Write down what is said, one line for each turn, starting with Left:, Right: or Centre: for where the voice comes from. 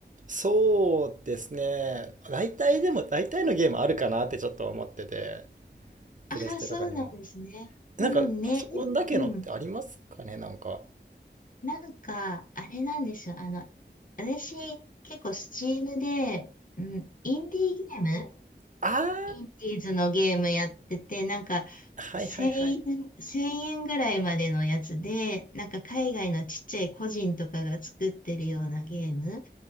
Right: そうですね。大体でも、大体のゲームあるかなってちょっと思ってて、
Left: ああ、
Right: プレステとかにも。
Left: そうなんですね。
Right: なんか、
Left: うんね、
Right: パソコンだけのってありますかねなんか。
Left: でうん。なんか、あれなんですよ。あの、私、結構スチームで、うん、インディーゲーム
Right: あー、
Left: インディーズのゲームやってて、なんか、
Right: はいはいはい。
Left: 1000円、1円ぐらいまでのやつで、なんか海外のちっちゃい個人とかが作ってるようなゲーム